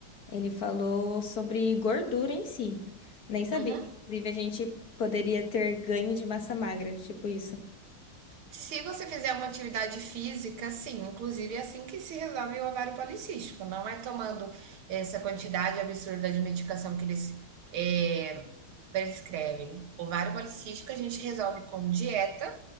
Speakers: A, on the left; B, on the right.
A: Ele falou sobre gordura em si. Nem sabia.
B: Uhum.
A: que Inclusive, a gente poderia ter ganho de massa magra, tipo isso.
B: Se você fizer uma atividade física, sim, inclusive é assim que se resolve o ovário policístico. Não é tomando essa quantidade absurda de medicação que eles é, prescrevem. Ovário policístico a gente resolve com dieta